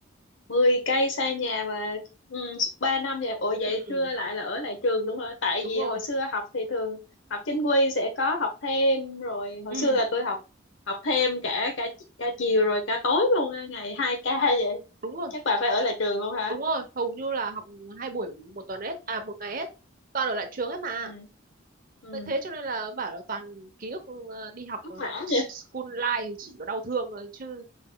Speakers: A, on the left; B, on the right.
A: 10 cây xa nhà mà ừ, 3 năm vậy ủa vậy
B: ừ
A: trưa lại là ở lại trường luôn hả tại
B: đúng
A: vì
B: rồi
A: hồi xưa học thì thường học chính quy sẽ có học thêm rồi hồi
B: ừ
A: xưa là tôi học học thêm cả cả cả chiều rồi cả tối luôn á, ngày hai ca vậy
B: đúng rồi
A: chắc bà phải ở lại trường luôn hả
B: đúng rồi hầu như là học hai buổi một tuần hết à một ngày hết toàn ở lại trường hết mà
A: ừ ừ
B: Tại thế cho nên là bảo là toàn ký ức ờ, đi học
A: vất
B: ờ,
A: vả vậy
B: school life thì chỉ có đau thương thôi chứ